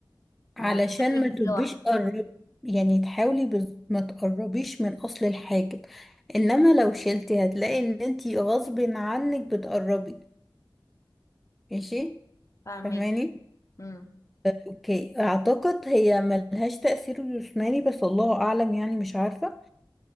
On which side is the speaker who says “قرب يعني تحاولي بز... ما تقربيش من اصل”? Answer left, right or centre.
Centre